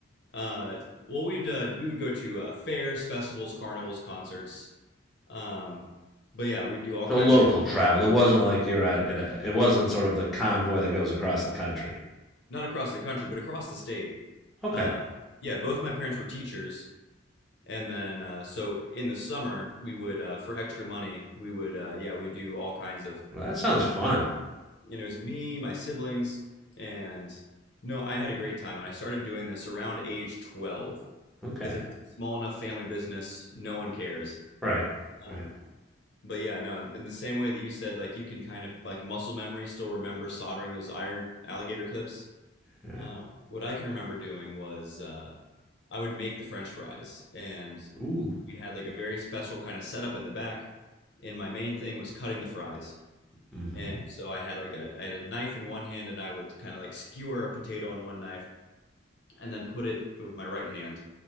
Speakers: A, on the left; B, in the centre.
A: Uh, well, we'd uh, we would go to uh, fairs, festivals, carnivals, concerts, Um, but yeah, we do all
B: So
A: kinds
B: local
A: of different,
B: travel. It wasn't like you're at. It, uh, it wasn't sort of the convoy that goes across the country.
A: not across the country, but across the state.
B: Okay.
A: Uh, yeah, both my parents were teachers, and then uh, so in the summer we would uh, for extra money we would uh, yeah we do all kinds of
B: Well, that sounds fun.
A: you know it was me, my siblings, and no, I had a great time, and I started doing this around age twelve
B: Okay.
A: because if it's a small enough family business, no one cares.
B: Right.
A: Um,
B: Right.
A: But yeah, no, in in the same way that you said, like you can kind of like muscle memory still remember soldering those iron alligator clips.
B: Yeah.
A: Um, what I can remember doing was uh, I would make the French fries, and
B: Ooh.
A: we had like a very special kind of setup in the back. And my main thing was cutting the fries.
B: Mm-hmm.
A: And so I had like a I had a knife in one hand, and I would kind of like skewer a potato on one knife, and then put it with my right hand